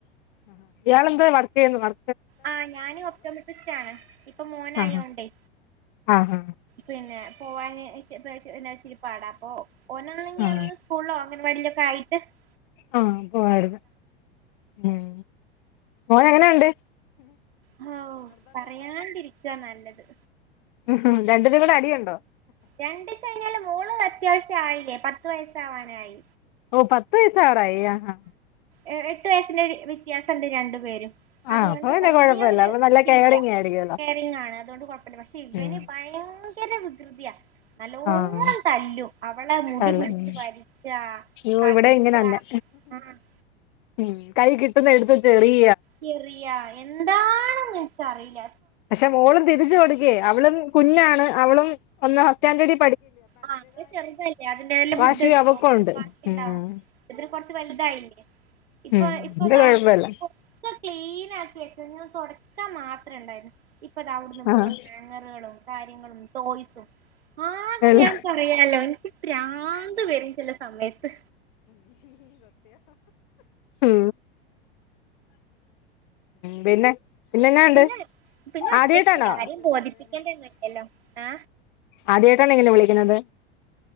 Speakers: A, on the left (about 55°); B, on the right (about 70°).
A: ഹ ഹ ഇയാളെന്ത് വർക്കെയ്യുന്നോ വർ
B: ആ ഞാന് ഒപ്റ്റോമിസിസ്റ്റാണ് ഇപ്പം മോനായോണ്ടേ
A: ആ ആ ആ
B: പിന്നെ പോവാന് <unintelligible> ഇച്ചിരി പാടാ അപ്പൊ ഓനൊന്ന് ഇനി
A: ആ
B: ഒന്ന് സ്കൂൾലോ അംഗൻവാടിയിലൊക്കെ ആയി <unintelligible>
A: ആ പോവാരുത് ഉം ഓൻ എങ്ങനെ ഒണ്ട്
B: ഹൗ പറയാണ്ടിരിക്കുവാ ന ല്ലത്
A: <unintelligible> രണ്ടേരും കൂടെ അടിയൊണ്ടോ
B: രണ്ട് ചഴഞ്ഞാല് മോള് ത്യാവശ്യായില്ലേ പത്ത് വയസാവാനായി
A: ഓ പത്ത് വയസാവാറായി ആ ഹാ
B: എ എട്ട് വയസ്സിൻ്റെ ഒരു വ്യത്യാസം ഇണ്ട് രണ്ടു പേരും അതുകൊണ്ട്
A: ആഹ് അപ്പൊ പിന്നെ
B: വല്യ
A: കൊഴപ്പല്ല
B: ഒരു
A: അപ്പൊ നല്ല
B: ഇതില്യാ
A: കെയറിങ് ആയിരിക്കുവല്ലോ
B: കെയറിങ്ങാണ് അതുകൊണ്ട് കൊഴപ്പമില്ല പക്ഷെ ഇവന്
A: ഉം
B: പയങ്ക ങ്കര വികൃതിയാ നല്ലോണം
A: ആഹ്
B: തല്ലും അവളെ മുടി
A: അല്ല
B: പിടിച്ച്
A: ഉം
B: വലിക്ക്യാ
A: യ്യോ
B: കടിക്ക്യാ
A: ഇവിടെ ഇങ്ങനെ തന്നെ
B: <unintelligible>
A: ഉം കൈ എടുത്ത് വെച്ചെറിയു <unintelligible>
B: ചെറിയാ എന്താണ് നിനിക്കറിയില്ല
A: പക്ഷെ മോളും തിരിച്ചു കൊടുക്കേ അവളും കുഞ്ഞാണ് അവളും ഒന്ന് ഫസ്റ്റ് സ്റ്റാൻഡേർഡി
B: ആഹ അ ചെറുതല്ലേ അതിന്റെതല്ലാം
A: വാശി
B: ബുദ്ധിുണ്ടാവുംവാശിണ്ടാവും
A: അവക്കുണ്ട് ഉം
B: ഇതി കൊറച്ച് വലുതായില്ലേ ഇപ്പൊ
A: ഉം
B: ഇപ്പൊതാ
A: ഇത് കൊഴപ്പല്ല
B: മൊത്തം ക്ലീൻ വൃത്തിയാക്കിവെച്ചിരുന്നു തുടക്കാൻ മാത്ര ഉണ്ടായിരുന്നു ഇപ്പൊ അത അവിടുന്ന് വിടുന്നു
A: ആഹ്
B: ഹാങ്ങറുകളും കാര്യങ്ങളും ടോയ്സും ആ
A: എല്ല
B: ഞാൻ പറയാലോ എനിക്ക് പ്രാന്ത് വരും ചില സമയത്ത്
A: ആ ഉ പിന്നെ പിന്നെന്നാണ്ട്
B: പിന്നെ പിന്നെ ഒറ്റക്കല്ല
A: ആദ്യായിട്ടാണോ
B: ആരെയും ബോധിപ്പിക്കണ്ട ഒന്നുമല്ലല്ലോ ആ
A: ആദ്യമായിട്ടാണ് ഇങ്ങനെ വിളിക്കണത്